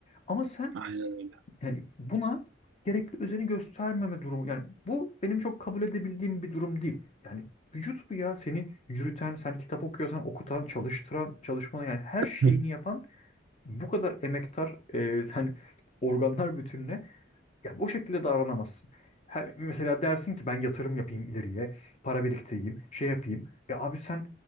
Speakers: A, on the left; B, on the right.
A: Ama sen
B: Aynen öyle.
A: yani buna gerekli özeni göstermeme durumu. Yani bu benim çok kabul edebildiğim bir durum değil. Yani vücut bu ya. Seni yürüten, sen kitap okuyorsan okutan, çalıştıran, çalışmanı yani her şeyini
B: <laughs> Hı.
A: yapan bu kadar emektar e, <laughs> sen organlar bütününe ya o şekilde davranamazsın. Her, mesela dersin ki ben yatırım yapayım ileriye, para biriktireyim, şey yapayım. E abi sen